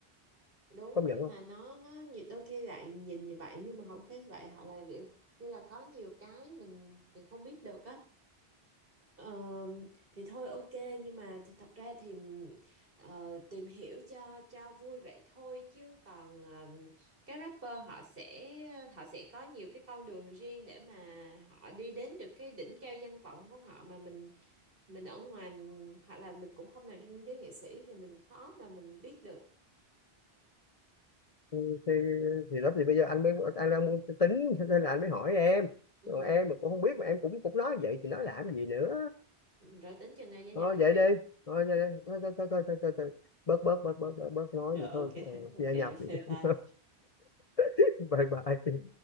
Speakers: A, on the right (about 60°); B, on the left (about 40°).
A: đúng
B: công nhận
A: nhưng
B: không
A: mà nó nó nhiều- đôi khi lại nhìn như vậy nhưng mà không phải vậy họ lại kiểu như là có nhiều cái mình mình không biết được á Ờ, thì thôi ok nhưng mà th thật ra thì ờ, tìm hiểu cho cho vui vậy thôi chứ còn ờ, các rapper họ sẽ họ sẽ có nhiều cái con đường riêng để mà họ đi đến được cái đỉnh cao danh vọng của họ mà mình mình ở ngoài mình- hoặc là mình cũng không nằm trong giới nghệ sĩ thì mình khó mà mình biết được
B: thì thì đó thì bây giờ anh mới anh đang muốn tính cho nên là anh mới hỏi em
A: ừ
B: còn em mà cũng không biết mà em cũng cũng nói vậy thì nói làm gì nữa
A: rồi tính chừng nào gia nhập
B: thôi
A: thị
B: vậy
A: trường
B: đi thôi vậy đi thôi thôi thôi thôi thôi thôi thôi. bớt bớt bớt bớt bớt bớt nói
A: Rồi
B: vậy thôi
A: ok,
B: ờ,
A: <laughs>
B: gia
A: ok,
B: nhập vậy
A: bye
B: đi.
A: bye.
B: <laughs> bye bye
A: Ừ.